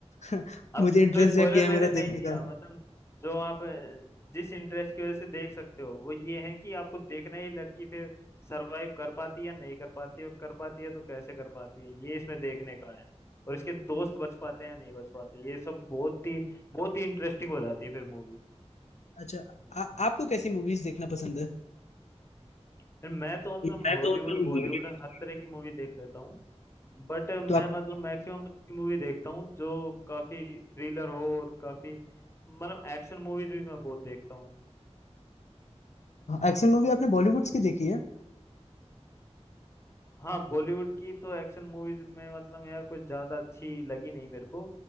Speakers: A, on the left; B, on the left.
A: <laughs>
B: अब
A: मुझे इंटरेस्ट
B: जो स्पॉइलर
A: जग गया
B: मैंने
A: मेरा
B: नहीं
A: देखने
B: दिया
A: का
B: मतलब जो आप अ, जिस इंटरेस्ट की वजह से देख सकते हो वो ये है कि आपको देखना है ये लड़की फिर सरवाइव कर पाती है या नहीं कर पाती है और कर पाती है तो कैसे कर पाती है ये इसमें देखने का है और इसके दोस्त बच पाते हैं या नहीं बच पाते ये सब बहुत ही बहुत ही इंटरेस्टिंग हो जाती है फिर मूवी
A: अच्छा आ, आपको कैसी मूवीज देखना पसंद है
B: फिर मैं तो मतलब
A: मैं
B: हॉलीवुड
A: तो उसमें
B: बॉलीवुड
A: हॉलीवुड
B: हर तरह की मूवी देख लेता हूँ बट मैं
A: तो आप
B: मतलब मैक्सिमम अच्छी मूवी देखता हूँ जो काफी थ्रिलर हो और काफी मतलब एक्शन मूवीज भी मैं बहुत देखता हूँ
A: एक्शन मूवी आपने बॉलीवुड्स की देखी है
B: हाँ बॉलीवुड की तो एक्शन मूवीज में मतलब यार कुछ ज्यादा अच्छी लगी नहीं मेरे को